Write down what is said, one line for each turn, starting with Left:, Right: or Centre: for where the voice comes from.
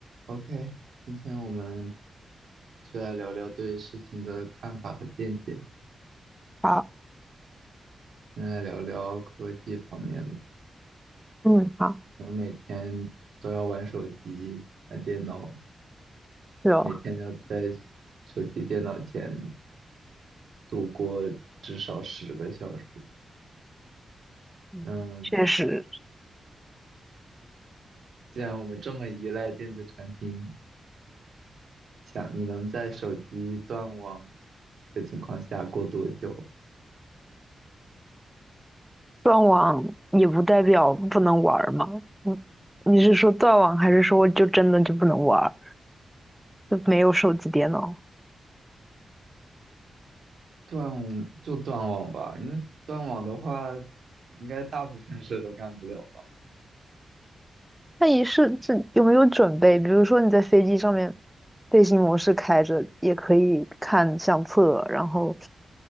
Right: OK，今天我们继续来聊聊对事情的看法和见解。
Centre: 好，
Right: 现在来聊聊科技方面的。
Centre: 嗯，好，
Right: 我们每天都要玩手机、玩电脑，
Centre: 是哦，
Right: 每天要在手机、电脑前度过至少十个小时。
Centre: 嗯，
Right: 嗯，
Centre: 确实，
Right: 既然我们这么依赖电子产品，想你能在手机断网的情况下过多久？
Centre: 断网也不代表不能玩儿嘛。你你是说断网，还是说就真的就不能玩儿，就没有手机、电脑？
Right: 断，就断网吧，因为断网的话，应该大部分事都干不了吧。
Centre: 那你是这有没有准备？比如说你在飞机上面，飞行模式开着，也可以看相册，然后